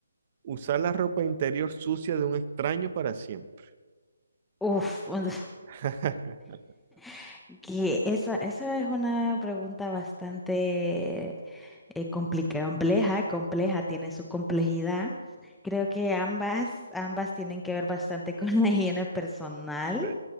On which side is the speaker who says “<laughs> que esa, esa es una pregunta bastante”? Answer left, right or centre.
Centre